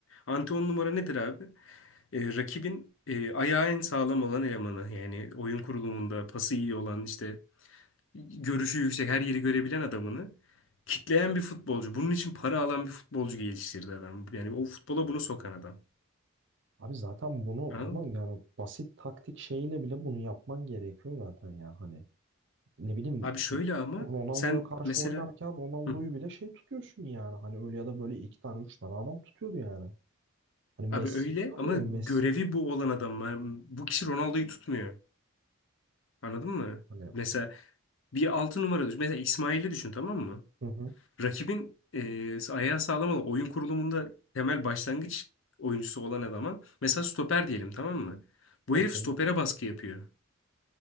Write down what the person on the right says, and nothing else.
Abi zaten bunu
ama
yani basit taktik şeyiyle bile bunu yapman gerekiyor zaten ya. Hani ne bileyim
Ronaldo'ya
karşı
oynarken Ronaldo'yu
bile şey tutuyorsun yani. Hani öyle ya da böyle iki tane üç tane adam tutuyordu yani. Hani
Messi
görüyor
musun?
Messi'nin
hani
hı hı
okey.